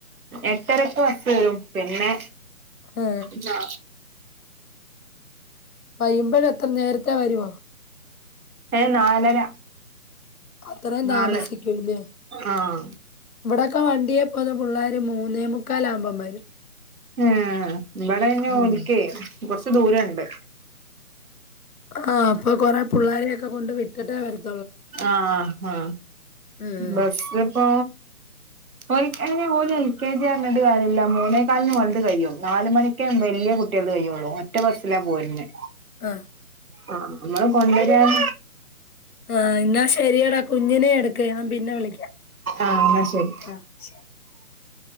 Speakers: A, on the right; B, on the left.
A: എട്ടരക്ക് വസ് വരും പിന്നെ
B: ആ,
A: പിന്നാ
B: വയ്യുമ്പൊഴ് എത്ര നേരത്തെ വരുവോ
A: ഏ നാലര
B: അത്രയും
A: നാല്
B: താമസിക്കൂല്ലേ
A: ആഹ്
B: ഇവിടൊക്ക വണ്ടിയെ പോല് പിള്ളാര് മൂന്നേ മുക്കാലാവ്മ്പം വരും
A: ആ ഇവള ഞങ്ങ
B: ഉം,
A: ഒരിക്കേ കൊറച്ചു ദൂരം ഒണ്ട്
B: ആഹ് അപ്പൊ കൊറേ പിള്ളാരെയൊക്ക കൊണ്ട് വിട്ടിട്ടെ വരത്
A: ആഹ് അ
B: ഉം.
A: ബസ് ഇപ്പോ ഒരിക്ക അങ്ങനെ പോലും എൽ കെ ജി ആങ്ങട്ട് കാര്യ ഇല്ല മൂന്നേക്കാലിന് വല്ത് കഴിയും നാല് മണിക്കെ വല് എങ്കിലേ കുട്ടികൾക്ക് കഴിയോള്ളൂ ഓ എ ഒറ്റ ബസിലാ പോര്ന്നേ
B: ആ
A: ആഹ് നമ്മള് കൊണ്ടുവരാണ
B: ആഹ് എന്നാ ശരിയടാ കുഞ്ഞിനെ എട്ക്ക് ഞാൻ പിന്നെ വിളിക്കാം
A: ആഹ് എന്നാ ശരി
B: ആ ശെരി <inaudible>